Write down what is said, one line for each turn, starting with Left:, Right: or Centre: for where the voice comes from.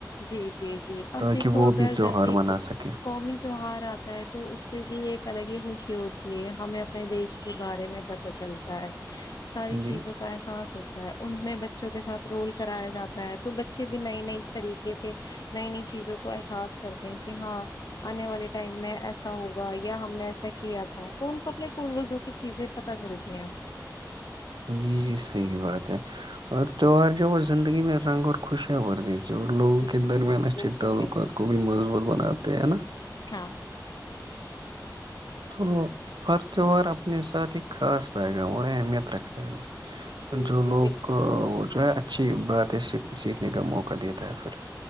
Left: جی جی جی اب
Right: تاکہ
Left: دیکھو
Right: وہ
Left: اگر
Right: بھی تیوہار
Left: جیسے
Right: منا سکے
Left: قومی تیوہار آتا ہے تو اس پہ بھی ایک الگ ہی خوشی ہوتی ہے ہمیں اپنے دیش کے بارے میں پتاہ چلتا ہے ساری چیزوں
Right: جی
Left: کا احساس ہو ان میں بچوں کے ساتھ رول کرایا جاتا ہے تو بچے بھی لئی نئی طریقے سے نئی نئی چیزوں کو احساس کرتے ہیں کہ ہاں آنے والے ٹائم میں ایسا ہوگا یا ہم نے ایسا کیا تھا تو ان کو اپنے پوروزوں کی چیزیں پت چلتی ہیں
Right: جی جی صحیح بات ہے اور تیوہار جو وہ زندگی میں رنگ اور خوش ہے وہور دی اور لوگوں
Left: جی جی
Right: کے درمیان اچھے
Left: بالکل
Right: تعلقات
Left: بالکل
Right: کو بھی مضبوط بناتے ہیں نا
Left: ہاں
Right: تو ہر تہوار اپنے ساتھ ایک خاص پائے گا اور اہمیت رکھتا ہے وہ
Left: جی
Right: جو
Left: جی
Right: لوگ
Left: بالکل
Right: وہ جو ہے اچھی باتیں سے سیکھنے کا موقع دیتا ہے پھر